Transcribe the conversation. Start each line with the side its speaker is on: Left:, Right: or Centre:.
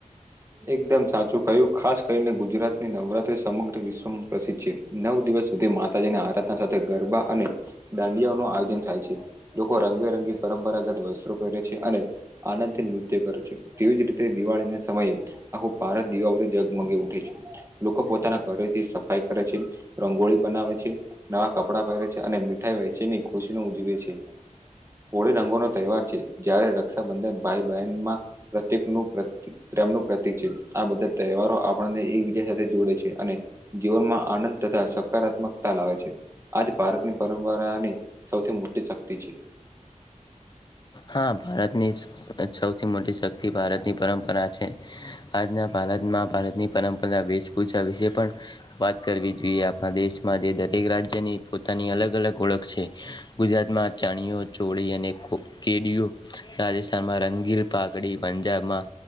Right: એકદમ સાચું કહ્યું ખાસ કરીને ગુજરાતની નવરાત્રી સમગ્ર વિશ્વમાં પ્રસિદ્ધ છે નવ દિવસ સુધી માતાજીને આરાધના. સાથે ગરબા અને દાંડિયા નું આયોજન થાય છે લોકો રંગબેરંગી. પરંપરાગત વસ્ત્રો પહેરે છે અને આનંદ થી નૃત્ય કરે છે તેવીજ રીતે દિવાળી ના સમયે. આખો ભારત દિવાથી જગમગી ઉઠે છે. લોકો પોતાના ઘરેથી સફાઈ કરે છે રંગોળી બનાવે છે નવા કપડાં પહેરે છે. અને મીઠાઈ વયચેની ખુશી ન ઉવે છે. હોળી રંગો નો તહેવાર છે જયારે રક્ષાબંધન ભાઈ બહેનમાં પ્રત્યકનું પ્રેનું. પ્રતિક છે આ બધા તહેવારો આપણને એકબીજા સાથે જોડે છે અને જીવનમાં આનંદ તથા. હકારાત્મકતા લાવે છે આજ ભારતની પરંપરાની સૌથી મોટી શક્તિ છે. <inaudible>
Left: હા ભારતની સૌથી મોટી શક્તિ ભારતની પરંપરા છે આજના ભ. ભારતમાં ભારતની પરંપરા વેશભૂષા વિશે પણ વાત. કરવી જોઈએ આપણા દેશમાં જે દરેક રાજ્યની પોતાની અલગ અલગ ઓળખ છે. ગુજરાતમાં ચણઓ ચોળી અને ખ. કેડિયું રાજસ્થાનમાં રંગીલ પાઘડી પંજાબમાં